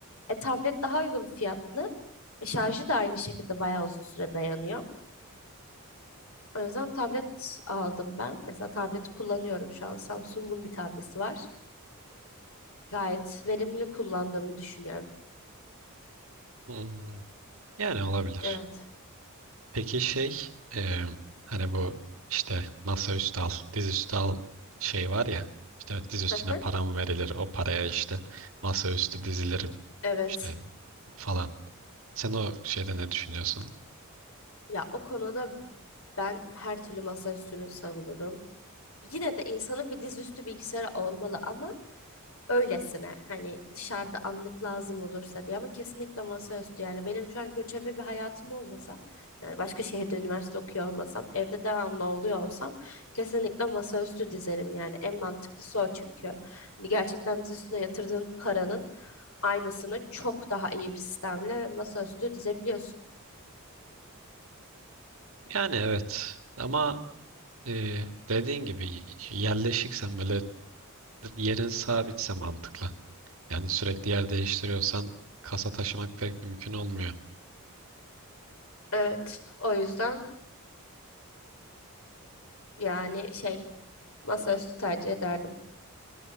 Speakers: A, on the left (about 75°); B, on the right (about 70°).
A: E, tablet daha uygun fiyatlı. E, şarjı da aynı şekilde bayağı uzun süre dayanıyor. O yüzden tablet aldım ben. Mesela tablet kullanıyorum şu an. Samsung'un bir tableti var. Gayet verimli kullandığımı düşünüyorum.
B: Hmm, yani olabilir.
A: Evet.
B: Peki şey, e, hani bu işte masaüstü al, dizüstü al şey var ya. İşte diz üstüne
A: Hı hı.
B: param verilir, o paraya işte masaüstü dizilir
A: Evet.
B: işte falan. Sen o şeyde ne düşünüyorsun?
A: Ya o konuda ben her türlü masaüstünü savunurum. Yine de insanın bir dizüstü bilgisayarı olmalı ama öylesine hani dışarıda anlık lazım olursa diye ama kesinlikle masaüstü yani benim şu an göçebe bir hayatım olmasa yani başka şehirde üniversite okuyor olmasam evde devamlı oluyor olsam kesinlikle masaüstü dizerim yani en mantıklısı o çünkü hani gerçekten diz üstüne yatırdığın paranın aynısını çok daha iyi bir sistemle masaüstü dizebiliyorsun.
B: Yani evet ama e, dediğin gibi yerleşiksen böyle yerin sabitse mantıklı. Yani sürekli yer değiştiriyorsan kasa taşımak pek mümkün olmuyor.
A: Evet o yüzden yani şey masaüstü tercih ederdim